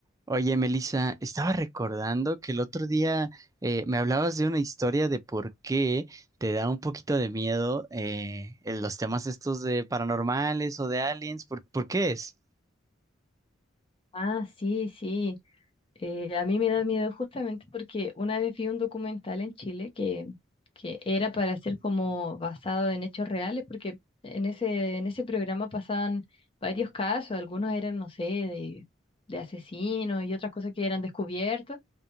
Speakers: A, on the right; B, on the left.
A: Oye, Melissa, estaba recordando que el otro día eh, me hablabas de una historia de por qué te da un poquito de miedo eh, en los temas estos de paranormales o de aliens. ¿Por, por qué es?
B: Ah, sí, sí. Eh, a mí me da miedo justamente porque una vez vi un documental en Chile que, que era para ser como basado en hechos reales, porque en ese, en ese programa pasaban varios casos, algunos eran, no sé, de, de asesinos y otras cosas que eran descubiertos.